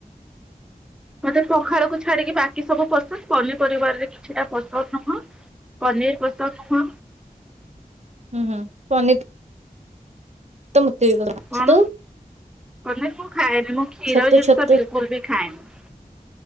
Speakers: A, in the centre; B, on the right (about 50°).
A: ମତେ ପଖାଳ କୁ ଛାଡିକି ବାକି ସବୁ ପସନ୍। ପନିପରିବାର ରେ କିଛିଟା ପସନ୍ ନୁହଁ। ପନିର ପସନ୍ଦ ନୁହଁ।
B: ହୁଁ ହୁଁ ପନର <inaudible>
A: କଣ ପନିର ମୁଁ ଖାଏନି ମ କ୍ଷୀର
B: ଛତୁ
A: ଜିନିଷ
B: ଛତୁ
A: ବିଲକୁଲ ବି ଖାଏନି।